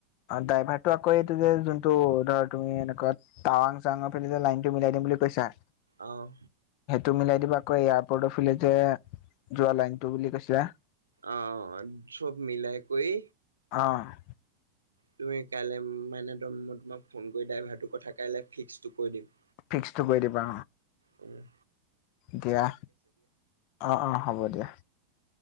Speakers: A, on the left; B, on the right.
A: অ', ড্ৰাইভাৰটো আকৌ এইটো যে যোনটো ধৰা, তুমি এনেকোৱা, টাৱাং চাৱাং ফালে যে লাইনটো মিলাই দি বুলি কৈছা।
B: অহ।
A: তুমি লাই দিবা আকৌ। এয়াৰপৰ্টৰ ফালে যে যোৱা লাইনটো বুলি কৈছিলা।
B: অ', চব মিল কৰি
A: অ'।
B: তুমি কাইলৈ মানে, ত তোমাক ফোন কৰি ড্ৰাইভাৰটোৰ কথা কাইলে ফিক্সটো কৈ দিম।
A: ফিক্সটো কৈ দিবা।
B: উঃ
A: দিয়া। অ', অ', হ'ব দিয়া।